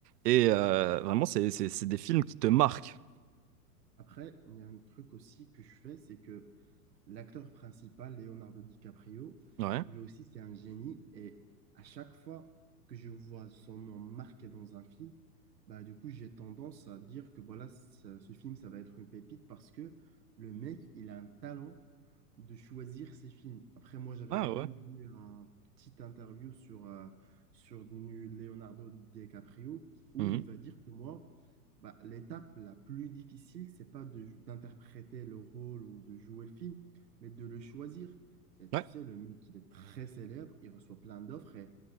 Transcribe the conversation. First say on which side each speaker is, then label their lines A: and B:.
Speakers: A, on the right; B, on the right.
A: Et euh, vraiment, c'est c'est- c'est des films qui te marquent.
B: Après, il y a un truc aussi que je fais, c'est que L'acteur principal, Leonardo DiCaprio,
A: Ouais.
B: lui aussi, c'est un génie. Et à chaque fois que je vois son nom marqué dans un film, bah, du coup, j'ai tendance à dire que voilà, ce, ce film, ça va être une pépite parce que le mec, il a un talent de choisir ses films. Après, moi, j'avais
A: Ah
B: même
A: ouais.
B: vu un petit interview sur, euh, sur nu- Leonardo DiCaprio où
A: Mhm.
B: il va dire que moi, bah, l'étape la plus difficile, c'est pas de- d'interpréter le rôle ou de jouer le film, mais de le choisir. Et
A: Ouais.
B: tu sais, le mec, il est très célèbre, il reçoit plein d'offres et